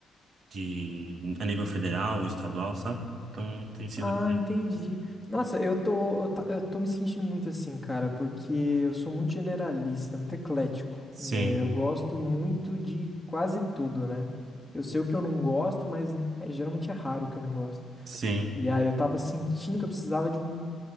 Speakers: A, on the right; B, in the centre.
A: de a nível federal, estadual, sabe? Então tem sido.
B: Ah, entendi. Nossa, eu tô, eu, tá- eu tô me sentindo muito assim, cara, porque eu sou muito generalista, muito eclético.
A: Sim,
B: É, eu gosto muito de quase tudo, né? Eu sei o que eu não gosto, mas é, geralmente é raro o que eu não gosto.
A: sim,
B: E aí eu tava sentindo que eu precisava de um,